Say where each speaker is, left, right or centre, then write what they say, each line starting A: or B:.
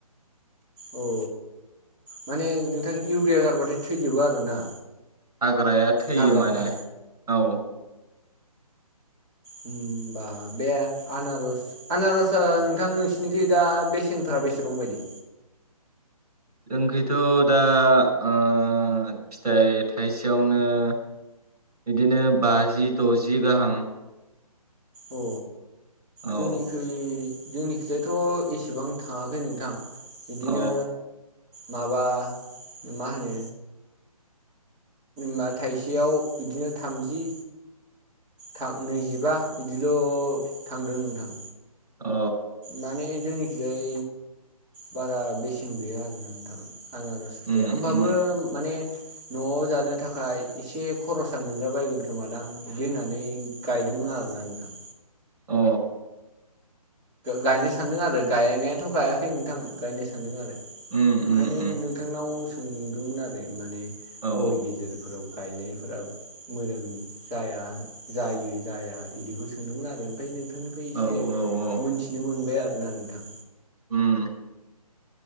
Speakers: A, on the right; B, on the right.
A: अ माने नोंथां इउरिया गारबाथाय थैजोबो आरोना
B: हाग्राया थैयो
A: हाग्राफ्रा
B: माने औ।
A: हबा बे आनारस आनारसआ नोंथां नोंसिनिखइ दा बेसेन बो फोरा बेसेबां बायदि
B: जोंखैथ' दा ओ फिथाइ थाइसेयावनो बिदिनो बाजि द'जि गाहाम
A: अ
B: औ
A: जोंनिखै जोंनि खिजायथ' एसेबां थाङाखै नोंथां बिदिनो
B: अ
A: माबा मा होनो बा थाइसेयाव बिदिनो थामजि थां नैजिबा बिदिल' थांदों नोंथां।
B: अ
A: माने जोंनिखिजाय बारा बेसेन गैया आरो ना नोंथां। आं सथिया
B: उम
A: होमबाबो
B: उम
A: माने न'आव जानो थाखाय एसे खरसा मोनजाबायगोन खोमादां बिदि होननानै गायदोंमोन। आरोना नोंथां।
B: अ
A: गायनो सान्दों आरो गायनायाथ' गायाखै नोंथां गायनो सान्दों आरो
B: उम
A: ओंखायनो
B: उम उम
A: नोंथांनाव सोंदोंमोन आरो माने
B: औ
A: गय गेजेरफोराव गायनायफोरा मोजां जाया जायो जाया बिदिखौ सोंदोंमोन आरो ओमफ्राय नों थांनिफ्राय एसे
B: औ औ औ
A: मोनथिनो मोनबाय आरोना नोंथां।
B: उम।